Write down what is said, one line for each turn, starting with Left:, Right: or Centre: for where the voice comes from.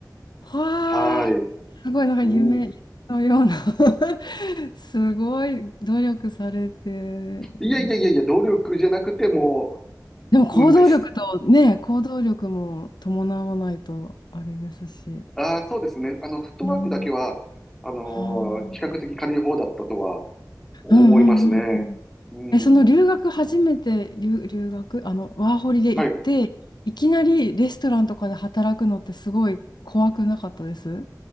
Left: わあ、
Centre: はい。
Left: すごい、なんか夢のような
Centre: うん。
Left: <laughs> すごい努力されてるし。
Centre: いやいやいやいや、努力じゃなくても
Left: でも行動力とね、
Centre: う、運です。
Left: 行動力も伴わないとあれですし。
Centre: ああ、そうですね。あの、フットワークだけは、
Left: ね。
Centre: あの
Left: はあ。
Centre: ー比較的軽い方だったとは思いますね。
Left: うんうんうんうん。
Centre: うん。
Left: え、その留学初めて留、留学、あの、ワーホリで行って、
Centre: はい。
Left: いきなりレストランとかで働くのってすごい怖くなかったです。